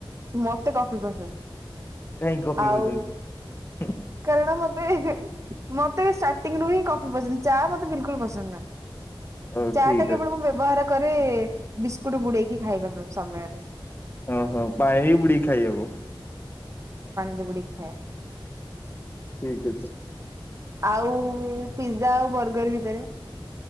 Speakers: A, on the right; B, on the left.
A: ମତେ କଫି ପସନ୍ଦ।
B: କାହିଁକି କଫି
A: ଆଉ
B: ପିଉଚନ୍ତି?
A: କାରଣ ମତେ ମତେ ଷ୍ଟାର୍ଟିଂ ରୁ ହିଁ କଫି ପସନ୍ଦ ଚା ମତେ ବିଲକୁଲ ପସନ୍ଦ ନୁହେଁ।
B: ହଉ
A: ଚା
B: ଠିକ
A: ଟା କେବଳ
B: ଅଛି
A: ମୁଁ ବ୍ୟବହାର କରେ ବିସ କୁଟ ବୁଡେଇକି ଖାଇବା ପାଇଁ ସମୟରେ।
B: ଓହୋ ପାଣିରେ ବି ବୁଡେଇକି ଖାଇ ହବ।
A: ରେ ବୁଡେଇକି ଖାଇବା
B: ଠିକ ଅଛି
A: ଆଉ ପିଜ଼ା ଆଉ ବର୍ଗର ଭିତରେ?